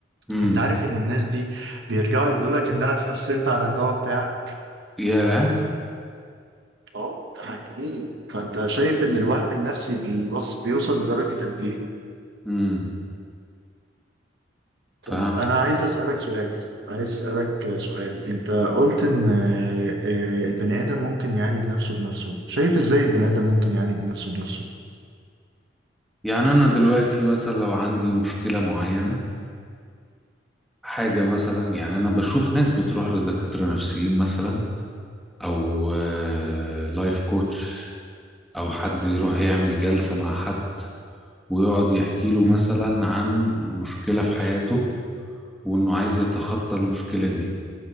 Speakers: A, in the centre; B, on the right.
A: امم
B: انت عارف ان الناس دي بيرجعوا يقولوا لك ان انا اتحسنت على الدواء بتاعك
A: ياه
B: اه حقيقي فانت شايف ان الوهم النفسي بيوص... بيوصل لدرجة قد ايه؟
A: امم
B: طيب
A: فهمت
B: انا عايز اسألك سؤال عايز اسألك سؤال انت قلت ان آه، آه، البني ادم ممكن يعالج نفسه بنفسه شايف ازاي البني ادم ممكن يعالج نفسه بنفسه؟
A: يعني أنا دلوقتي مثلا لو عندي مشكلة معينة حاجة مثلا يعني أنا بشوف ناس بتروح لدكاترة نفسيين مثلا أو لايف كوتش أو حد يروح يعمل جلسة مع حد ويقعد يحكي له
B: مم.
A: مثلا عن مشكلة في حياته وإنه عايز يتخطى المشكلة دي